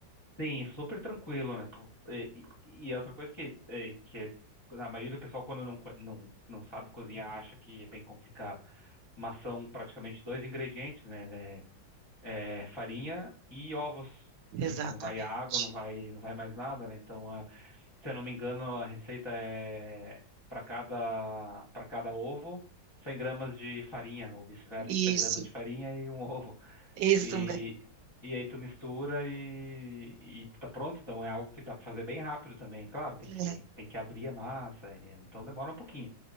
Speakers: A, on the left; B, on the right.
A: Sim, super tranquilo, né? Pô, E, e- e é outra coisa que, é, que a maioria do pessoal, quando não, co- não, não sabe cozinhar, acha que é bem complicado. Mas são praticamente dois ingredientes, né? né? É, farinha e ovos. E
B: Exatamente.
A: não vai água, não vai, não vai mais nada, né? Então, a- se eu não me engano, a receita é para cada, para cada ovo, 100 gramas de farinha, ou vice-versa,
B: Isso,
A: 100 gramas de farinha e um <laughs> ovo.
B: isso
A: E, e aí tu mistura e, e tá pronto. Então é algo que dá pra fazer bem rápido também. Claro, tem
B: mesmo.
A: que,
B: É.
A: tem que abrir a massa, e- então demora um pouquinho.